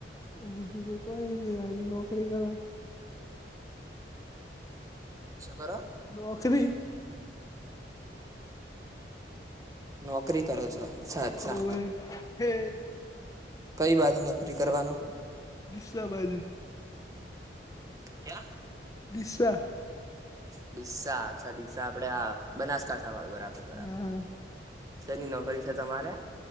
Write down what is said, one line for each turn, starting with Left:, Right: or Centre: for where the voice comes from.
Left: બીજું તો કોઈ નહીાર નોકરી કર
Right: શુંકર
Left: નોકરી
Right: નોકરી કરો છોચછા અચ્છા
Left: ઓવે હે
Right: કઈ બાજુ નોકરી કરવાનુ
Left: દસ્ બાજુ
Right: ક્યાં
Left: દિશા
Right: ડીસા અચ્છા ડીસા આપડે આ બનાસકાંઠા વાળ બરાબર બરાબર
Left: હા
Right: શની નોકરી છે, તમારે